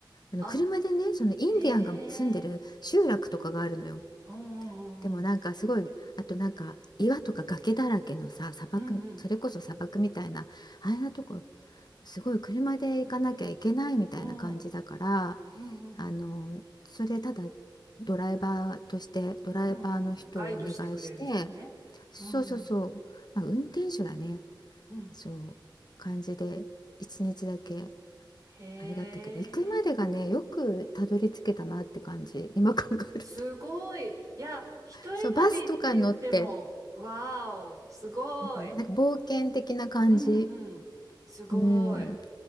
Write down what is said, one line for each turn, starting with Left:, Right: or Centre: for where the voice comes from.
Left: あの車でね、
Right: あ、
Left: そのインディアンが住んでる集落とかがあるのよ。
Right: へえ。うんうん
Left: でもなんかすごいあとなんか岩とか崖だらけのさ砂漠それこそ砂漠みたいなあんなとこ
Right: うんうん。
Left: すごい車で行かなきゃいけないみたいな感じだから
Right: うんうん。うんうんうん。
Left: あのそれただドライバーとしてドライバーの人をお願いして
Right: うんうんうんガイドしてくれる人ね。
Left: そうそうそう、
Right: うん。
Left: まあ、運転手だね
Right: うん。
Left: そう感じで1日だけ
Right: へえ。
Left: あれだったけど行くまでがねよくたどり着けたなって感じ今考えると。
Right: すごい。いや、一人旅って言っても、
Left: そうバスとかに乗って
Right: わーお、すごい。
Left: なんか冒険的な感じ。
Right: うんうん。すごい。
Left: うん。